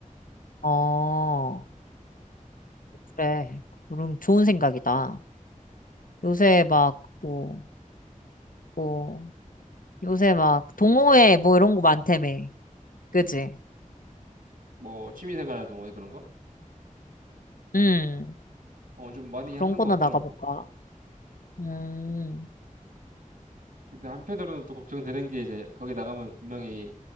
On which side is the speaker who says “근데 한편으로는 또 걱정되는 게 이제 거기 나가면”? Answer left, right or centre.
Right